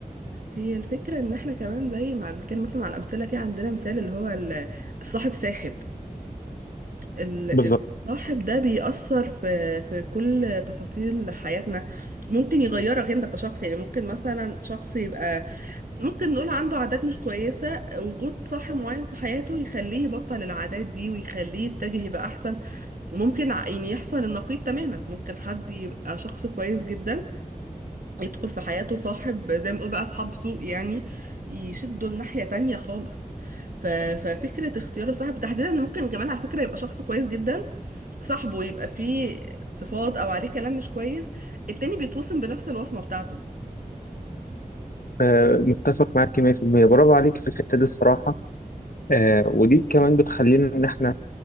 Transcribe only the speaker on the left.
بالظبط
آه، متفق معاك 100% برافو عليك في الحتة دي الصراحة آه، ودي كمان بتخلينا إن إحنا